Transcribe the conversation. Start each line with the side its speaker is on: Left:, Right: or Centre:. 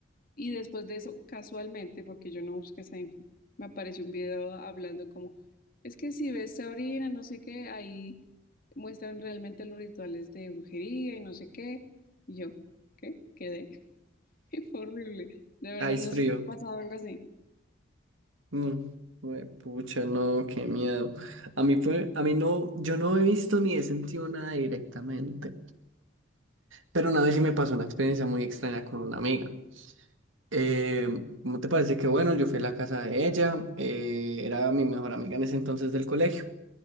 Left: Y después de eso, casualmente, porque yo no busqué esa info, me apareció un video hablando como, es que si ves Sabrina, no sé qué, ahí muestran realmente los rituales de brujería y no sé qué. Y yo, ¿qué? Quedé. <laughs> Fue horrible. De verdad,
Right: ah es
Left: no
Right: frío.
Left: sé si te ha pasado algo así.
Right: Mm, güey, Pucha, no, qué miedo. A mí, fue- a mí no, yo no he visto ni he sentido nada directamente. Pero una vez sí me pasó una experiencia muy extraña con una amiga. Eh, ¿cómo te parece que bueno? Yo fui a la casa de ella, eh, era mi mejor amiga en ese entonces del colegio.